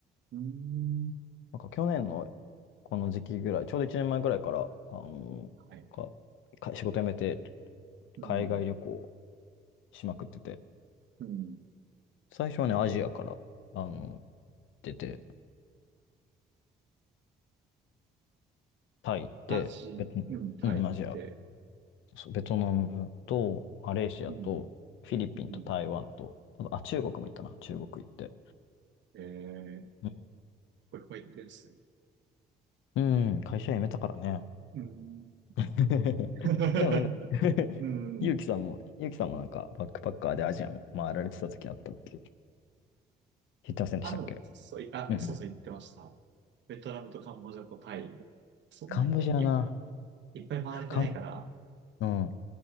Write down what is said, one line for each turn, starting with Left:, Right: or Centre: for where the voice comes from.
Right: ーん、
Left: なんか去年のこの時期ぐらい、ちょうど1年前ぐらいから、あのか、
Right: はい。
Left: か仕事辞めて
Right: うん、
Left: 海外旅行しまくってて、
Right: うん。
Left: 最初はね、アジアから、あの、出て、タイ行って、
Right: ラチ、
Left: ベト、
Right: うん、タイ行って、
Left: うん、アジア、そうベトナムと、マレーシアと、
Right: うん、
Left: フィリピンと台湾と、
Right: うん。
Left: あと、あ中国も行ったな、中国行って。
Right: ええ
Left: う
Right: これ、これ行ってですね。
Left: うん、会社辞めたからね。
Right: うん。
Left: <laughs>
Right: <laughs>
Left: でもなんか <laughs>
Right: うん。
Left: ゆうきさんも、ゆうきさんもなんかバックパッカーでアジア回られてた時あったって言ってませんでしたっけ
Right: あ、でも、そう、いあ、
Left: うんうん。
Right: そうそう、行ってました。ベトナムとカンボジアとタイ。そんなにい、
Left: カンボジアな。
Right: いっぱい回れてないから。
Left: カン、うん。